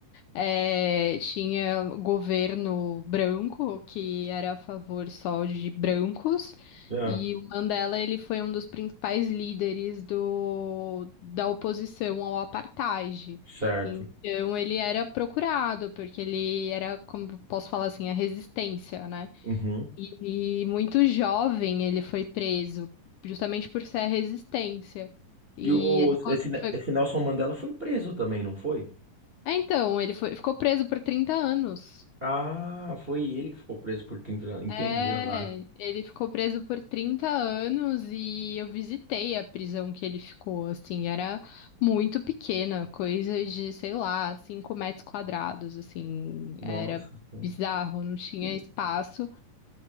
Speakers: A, on the left; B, on the right.
A: eh, tinha governo branco que era a favor só de brancos,
B: É.
A: e o Mandela ele foi um dos principais líderes do, da oposição ao apartheid.
B: Certo.
A: Então, ele era procurado porque ele era, como posso falar assim, a resistência, né?
B: Uhum.
A: E, e muito jovem ele foi preso, justamente por ser a resistência. E
B: E o,
A: ele ficou,
B: esse, Ne-
A: foi-
B: esse Nelson Mandela foi preso também, não foi?
A: é, então, ele foi, ficou preso por 30 anos.
B: Ah, foi ele que ficou preso por 30 anos. Entendi
A: É,
B: agora.
A: ele ficou preso por 30 anos e eu visitei a prisão que ele ficou, assim, era muito pequena, coisa de, sei lá, 5 metros quadrados, assim,
B: Nossa,
A: era
B: pô.
A: bizarro, não tinha
B: Ih,
A: espaço.